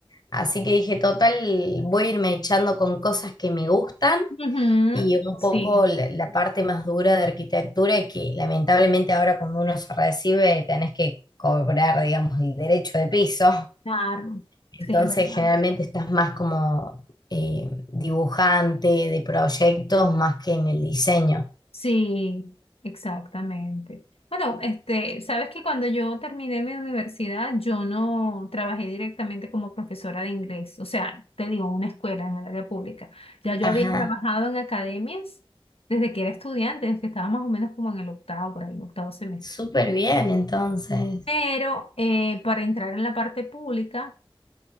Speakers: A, on the left; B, on the left.
A: así que dije, total, voy a irme echando con cosas que me gustan
B: Ujú,
A: y un
B: Sí,
A: poco la, la parte más dura de arquitectura que lamentablemente ahora cuando uno se recibe tenés que cobrar, digamos, el derecho de piso.
B: claro,
A: Entonces
B: sí, es verdad.
A: generalmente estás más como eh, dibujante de proyectos más que en el diseño.
B: Sí, exactamente. Bueno, este, sabes que cuando yo terminé mi universidad, yo no trabajé directamente como profesora de inglés, o sea, te digo, una escuela en el área pública. Ya yo
A: Ajá,
B: había trabajado en academias desde que era estudiante, desde que estaba más o menos como en el octavo, por ahí, el octavo semestre.
A: súper bien entonces.
B: Pero eh, para entrar en la parte pública